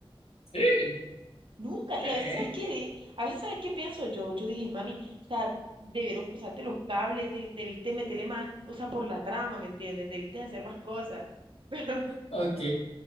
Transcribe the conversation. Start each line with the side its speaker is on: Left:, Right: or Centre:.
Left: Sí.
Right: Nunca. Y
Left: ve,
Right: a veces, ¿sabes qué? De- A veces, ¿sabes qué pienso yo? Yo dije, mami, o sea, debieron cruzarte los cables, de- debiste meterle más, o sea, por la trama, ¿me entiendes? Debiste hacer más cosas. <laughs> Pero
Left: Ok.